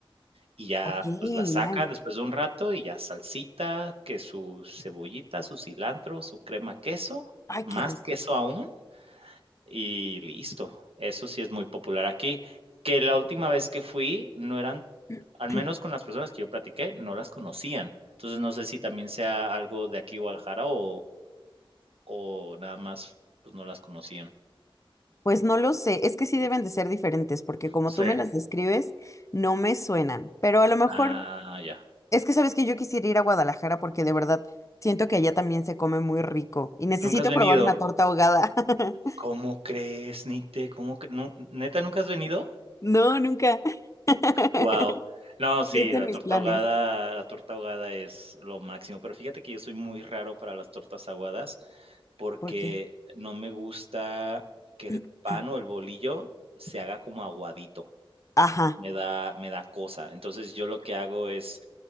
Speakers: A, on the right; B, on the left.
A: y ya,
B: Ok,
A: pues, la sacan
B: nice.
A: después de un rato y ya salsita, que su cebollita, su cilantro, su crema queso,
B: Ay,
A: más
B: qué rico.
A: queso aún, y listo. Eso sí es muy popular aquí. Que la última vez que fui no eran,
B: <clears throat>
A: al menos con las personas que yo platiqué, no las conocían. Entonces no sé si también sea algo de aquí Guadalajara o, o nada más pues no las conocían.
B: Pues no lo sé, es que sí deben de ser diferentes, porque como
A: Sí.
B: tú me las describes, no me suenan, pero a lo mejor
A: Ah, ya.
B: es que sabes que yo quisiera ir a Guadalajara porque de verdad siento que allá también se come muy rico y necesito
A: ¿Nunca has venido?
B: probar una torta ahogada. <laughs>
A: ¿Cómo crees, Nicte? ¿Cómo cre- nu- ¿Neta nunca has venido?
B: No, nunca. <laughs>
A: Wow, No, sí,
B: Sí están
A: la
B: mis
A: torta
B: planes.
A: ahogada la torta ahogada es lo máximo, pero fíjate que yo soy muy raro para las tortas aguadas, porque
B: ¿Por qué?
A: no me gusta que
B: <clears throat>
A: el pan o el bolillo se haga como aguadito,
B: Ajá.
A: me da me da cosa. Entonces, yo lo que hago es,